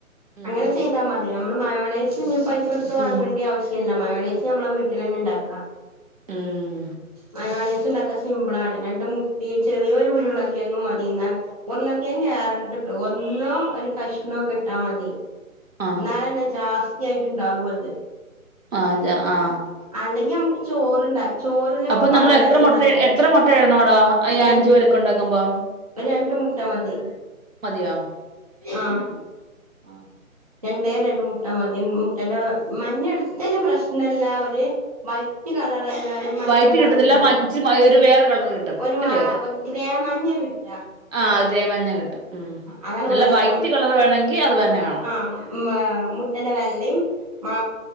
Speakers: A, on the right; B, on the right.
A: ഉം
B: അങ്ങനെ ചെയ്താമതി ഞമ്മള് മയോണൈസ്ഞ്ഞും പൈ സട്ത്ത് വാങ്ങേണ്ടി
A: ഉം
B: ആവശ്യല്ല മയോണൈസ് ഞമ്മള വീട്ടിലന്നെ ണ്ടാക്കാ.
A: ഉം
B: മയോണൈസ്ണ്ടാക്കാ സിമ്പ്ളാണ് രണ്ട് മുട്ടിം ചെറിയൊരു ഉരുളങ്കിയങും മതിന്നാ ഉർളങ്കേങ് ഏറര് ട്ട് ഒന്നോ ഒരു കഷ്ണോക്ക ഇട്ടാമതി
A: ആഹ്
B: ഇന്നാലന്നെ ജാസ് തിയായിട്ട്ണ്ടാകുഅത്.
A: ആഹ് ജ ആഹ്.
B: അല്ലെങ്കിഅമ്മക്ക് ചോറ്ണ്ടാ ചോറിനും
A: അപ്പൊ
B: മയോണൈസ്ണ്ടാക്കാ
A: നമ്മൾ എത്ര മുട്ട എത്ര മുട്ട ഇടണോടാ ഈ
B: ഞാൻ
A: അഞ്ചു പേരൊക്കെ ഉണ്ടാക്കുമ്പം
B: ഒര് രണ്ട് മുട്ട മതി.
A: മതിയോ?
B: ആഹ്.
A: ആഹ്.
B: രണ്ടേ രണ്ട് മുട്ട മതി മുട്ടന്റെ മഞ്ഞട്ത്തല് പ്രശ്നല്ല ഒര് വൈറ്റ് കളറേല്ലാരും മഞ്ഞകളറ്ണ്ടാവും
A: വൈറ്റ് കിട്ടത്തില്ല മ ഇച്ചിരി ഒരു വേറെ കളർ കിട്ടും
B: ഒരു വാ
A: അല്ലയോ
B: ഗ്രേമഞ്ഞ ക്ട്ടാ
A: ആഹ് ഗ്രേമഞ്ഞ ക്ട്ടും ഉം
B: അതാണ്
A: നല്ല
B: പ്രശ്നം
A: വൈറ്റ്കളറ് വേണങ്കി അത് തന്നെ വേണം.
B: ആഹ് മേ മുട്ടേന്റെ വെള്ളിം മാ